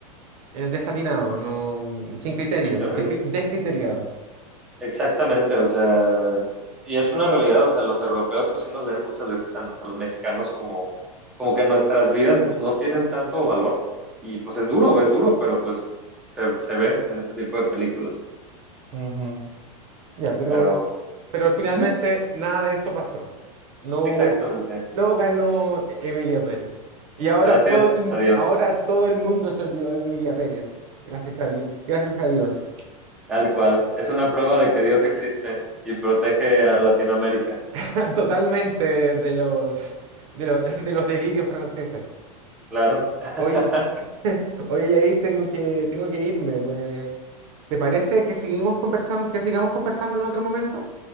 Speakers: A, on the right; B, in the centre.
A: eh, desatinado, no, sin criterio,
B: Sí, terrible.
A: descri- descriteriado.
B: Exactamente, o sea, y es una realidad, o sea, los europeos pues sí nos ven muchas veces a, a los mexicanos como, como que nuestras vidas no tienen tanto valor y pues es duro, es duro, pero pues se, se ve en este tipo de películas.
A: Ujú. Ya, pero
B: Pero,
A: Pero finalmente
B: ujú,
A: nada de eso pasó. No hubo,
B: exactamente,
A: no ganó E- Emilia Pérez. Y ahora
B: gracias
A: todo el, mu-
B: a Dios,
A: ahora todo el mundo se olvidó de Emilia Pérez. Gracias a Dios. Gracias a Dios.
B: tal cual, es una prueba de que Dios existe y protege a Latinoamérica,
A: <laughs> Totalmente de los, de los, <laughs> de los delirios franceses.
B: claro,
A: Hoy,
B: <laughs>
A: <laughs> hoy Yair, tengo que, tengo que irme. Me- ¿te parece que seguimos conversando, que sigamos conversando en otro momento?